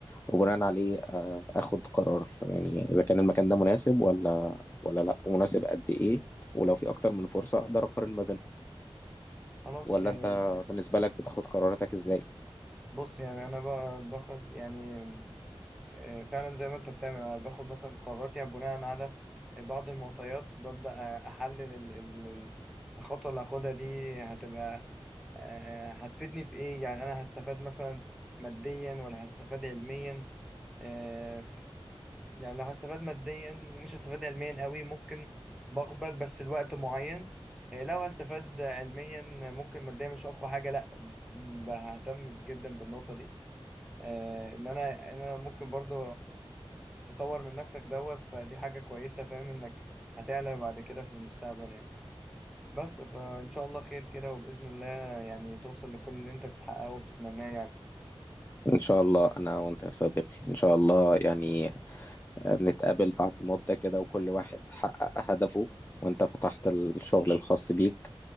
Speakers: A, on the left; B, in the centre.
A: وبناء عليه آه، اخد قرار يعني اذا كان المكان ده مناسب ولا ولا لا ومناسب قد ايه ولو في اكتر من فرصة اقدر اقارن ما بينهم
B: خلاص
A: ولا
B: يعني
A: انت بالنسبة لك بتاخد قراراتك ازاي
B: بص يعني انا بقى باخد يعني آه، فعلا زي ما انت بتعمل انا باخد مثلا قراراتي بناء على بعض المعطيات ببدأ آه، احلل ال- ال- الخطوة اللي هاخدها دي هتبقى آه، هتفيدني في ايه يعني انا هستفاد مثلا ماديا ولا هستفاد علميا آه، ف- ف- يعني لو هستفاد ماديا ومش هستفاد علميا قوي ممكن بقبل بس لوقت معين آه، لو هستفاد علميا ممكن ماديا مش اقوى حاجة لا ب- ههتم جدا بالنقطة دي آه، ان انا ان انا ممكن برضو تطور من نفسك دوت فدي حاجة كويسة فاهم انك هتعلى بعد كده في المستقبل يعني بس فان شاء الله خير كده وبإذن الله يعني توصل لكل اللي انت بتحققه وبتتمناه يعني
A: ان شاء الله انا وانت يا صديقي ان شاء الله يعني نتقابل بعد مدة كده وكل واحد حقق هدفه وانت فتحت الشغل الخاص بيك